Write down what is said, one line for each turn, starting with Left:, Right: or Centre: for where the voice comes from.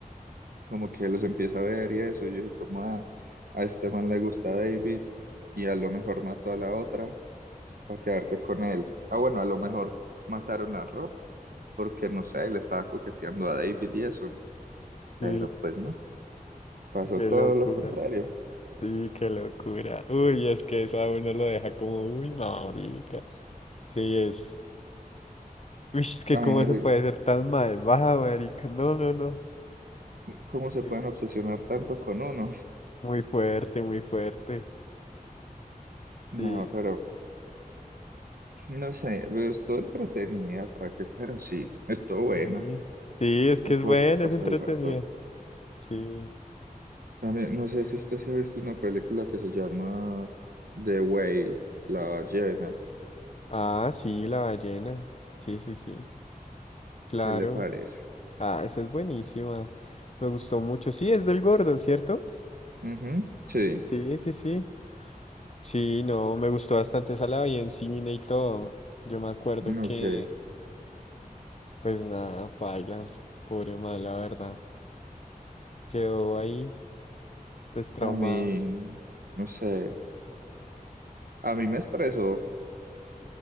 Right: como que los empieza a ver y eso, yo dije como "Ah, a este man le gusta David y a lo mejor mató a la otra. para quedarse con él. Ah, bueno, a lo mejor mataron a Rob porque, no sé, le estaba coqueteando a David y eso, pero
Left: sí,
Right: pues no, pasó
Left: qué
Right: todo
Left: locura.
Right: lo contrario.
Left: Sí, qué locura. Uy, es que eso a uno lo deja como, uy, marica. Sí, es. Uy, es que
Right: Imagínense
Left: cómo se puede ser tan malvada, marica. No, no, no.
Right: cómo se
Left: Muy,
Right: pueden obsesionar tanto con uno. <laughs>
Left: muy fuerte, muy fuerte.
Right: No,
Left: Sí,
Right: pero no sé, pues, estuvo entretenida, ¿para qué? Pero sí, estuvo buena.
Left: sí. Sí, es que
Right: Es
Left: es
Right: como
Left: bueno,
Right: por pasar
Left: es entretenido.
Right: el rato.
Left: Sí.
Right: También, no sé si usted se ha visto una película que se llama The Whale, la ballena.
Left: Ah, sí, la ballena. Sí, sí, sí. Claro.
Right: ¿Qué le parece?
Left: Ah, esa es buenísima. Me gustó mucho. Sí, es del gordo, ¿cierto?
Right: Ujú, Sí,
Left: Sí, sí, sí. Sí, no, me gustó bastante esa la vi en cine y todo. Yo me acuerdo
Right: ok.
Left: que, pues nada, paila, pobre mal, la verdad. Quedó ahí, pues traumado.
Right: A mí, no sé, a mí me estresó,